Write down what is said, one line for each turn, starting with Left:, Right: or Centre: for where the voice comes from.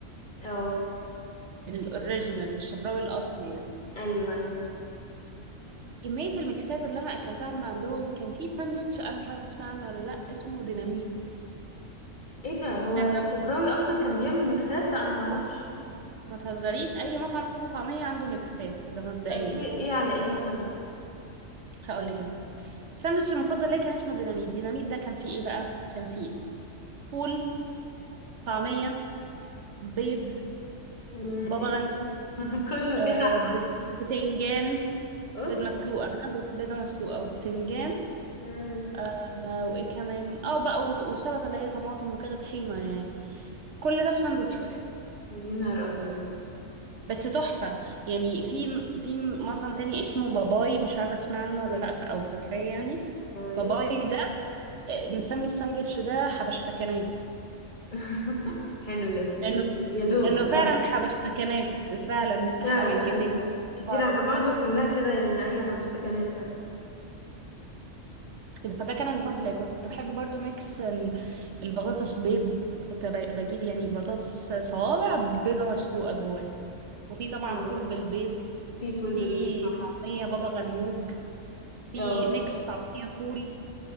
Left: اه
Right: الأوريجينال الشبراوي الأصلي ده
Left: ايوه ايوه
Right: كمية الميكسات اللي أنا أكلتها من عندهم كان في ساندوتش أنا مش عارفة تسمع عنه ولا لأ اسمه ديناميت
Left: ايه ده هو
Right: سمعت
Left: الشبراوي
Right: عنه
Left: اصلا كان بيعمل ميكسات لا انا معرفش
Right: ما تهزريش أي مطعم فول وطعمية عنده ميكسات ده مبدئيا
Left: طب ايه ايه على ايه مثلا
Right: هقول لك يا ستي الساندوتش المفضل ليا كان اسمه ديناميت ديناميت ده كان فيه ايه بقى كان فيه فول طعمية بيض
Left: مم،
Right: بابا
Left: ايه
Right: غنوج
Left: <laughs> كله
Right: آه
Left: كده على
Right: بت-
Left: بعض
Right: بتنجان
Left: اوف
Right: بيض مسلوقة ها بيض- بيضة مسلوقة وبتنجان
Left: مم،
Right: آه وايه كمان اه بقى وط- وسلطة اللي هي طماطم وكده طحينة يعني كل ده في ساندوتش واحد
Left: يا نهار ابيض
Right: بس تحفة يعني في في مطعم تاني اسمه باباي مش عارفة تسمع عنه ولا لأ ف- أو فاكراه يعني
Left: طيب
Right: باباي ده آه، مسمي الساندوتش ده حبشتكنات
Left: <laughs> حلو الاسم
Right: لانه ف...
Left: يا دوب
Right: لانه فعلا
Left: <laughs> اه.
Right: حبشتكنات فعلا
Left: فعلا
Right: حاجات كتير
Left: ايوه
Right: في
Left: كتير
Right: بعضها
Left: على بعض وكلها كده يعني ايوه حبشتكنات صح
Right: كده فده كان المفضل ليا كنت بحب برضو ميكس ال- البطاطس بيض كنت ب- بجيب يعني بطاطس صوابع بيضة مسلوقة جواها وفي طبعا
Left: اه
Right: فول بالبيض
Left: في فول بالبيت
Right: في
Left: صح
Right: طعمية بابا غنوج في
Left: اه
Right: ميكس طعمية فول